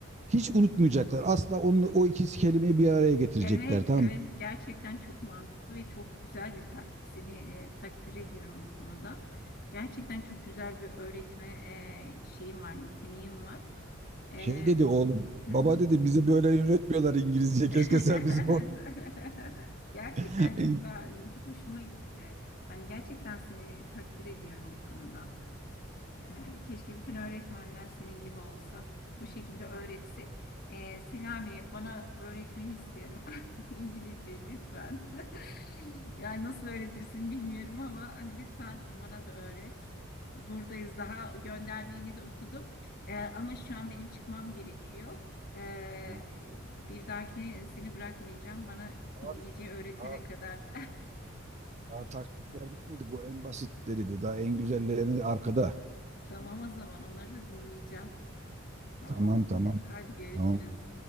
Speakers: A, on the right; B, on the left.
A: Hiç unutmayacaklar. Asla onu, o iki kelimeyi bir araya getirecekler.
B: Evet,
A: Tamam
B: evet. Gerçekten çok mantıklı ve çok güzel bir taktik. Seni e, takdir ediyorum bu konuda. Gerçekten çok güzel bir öğretme e, şeyim var, yeteneğim var. E,
A: Şey dedi oğlum.
B: hı
A: Baba
B: hı.
A: dedi bize böyle öğretmiyorlar İngilizce.
B: <laughs>
A: Keşke sen bize
B: Gerçekten
A: <laughs>
B: çok beğendim. Çok hoşuma gitti. Yani gerçekten seni takdir ediyorum bu konuda. Ee, keşke bütün öğretmenler senin gibi olsa. Bu şekilde öğretse. Ee, Selami bana öğretmeni istiyorum. <laughs> İngilizce lütfen. <laughs> Yani nasıl öğretirsin bilmiyorum ama lütfen bana da öğret. Buradayız daha gönderdiğini de okudum. Ee, ama şu an benim çıkmam gerekiyor. Ee,
A: Tamam.
B: bir dahakine seni bırakmayacağım. Bana İngilizce
A: Abi
B: öğretene
A: daha,
B: kadar.
A: daha taktikler bitmedi. Bu en basitleriydi. Daha en güzellerini arkada.
B: <laughs> Tamam o zaman onları da dinleyeceğim. Tamam.
A: Tamam
B: mı?
A: tamam.
B: Hadi görüşürüz.
A: Tamam.